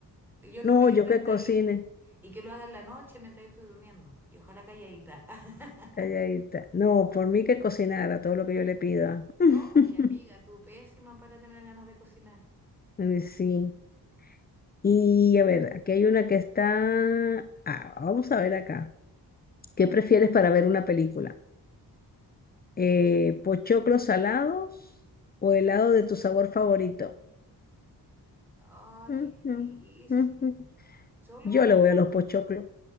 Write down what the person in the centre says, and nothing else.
yo no
me di
cuenta
y, y que lo haga en la noche mientras yo estoy durmiendo y ojalá calladita. <laughs>
No, es que amiga, tú pésima para tener ganas de cocinar.
Mm.
Ay,
qué difícil.
Solo
una
de las
dos.